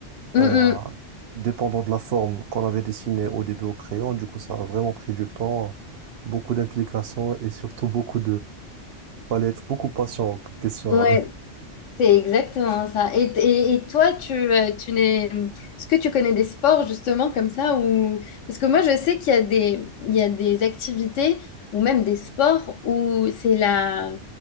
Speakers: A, on the left (about 75°); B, on the right (about 60°).
A: Hum,
B: euh,
A: hum.
B: dépendant de la forme qu'on avait dessinée au début au crayon. Du coup, ça a vraiment pris du temps, beaucoup d'implications et surtout beaucoup Fallait être beaucoup patient, en question.
A: Ouais,
B: hein.
A: C'est exactement ça. Et, et, et toi, tu, euh, tu n'es... Est-ce que tu connais des sports justement comme ça ou... Parce que moi, je sais qu'il y a des, il y a des activités ou même des sports où c'est la...